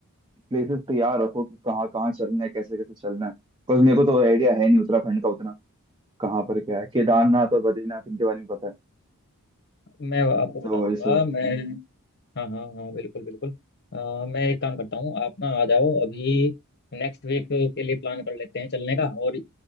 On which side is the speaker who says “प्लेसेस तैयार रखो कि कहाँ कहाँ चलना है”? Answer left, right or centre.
Right